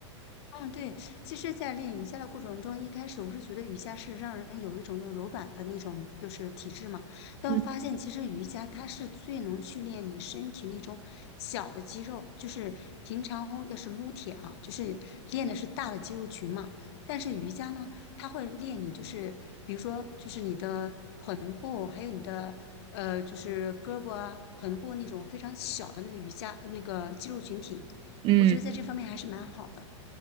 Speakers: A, on the left; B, on the right.
A: 嗯，对，其实，在练瑜伽的过程中，一开始我是觉得瑜伽是让人有一种就是柔软的那种就是体质嘛，
B: <laughs>
A: 但我发现其实瑜伽它是最能训练你身体那种小的肌肉，
B: 嗯。
A: 就是平常要是撸铁啊，就是练的是大的肌肉群嘛，但是瑜伽呢，它会练你就是比如说就是你的臀部，还有你的呃就是胳膊啊、臀部那种非常小的那个瑜伽那个肌肉群体，
B: 嗯。
A: 我觉得在这方面还是蛮好的。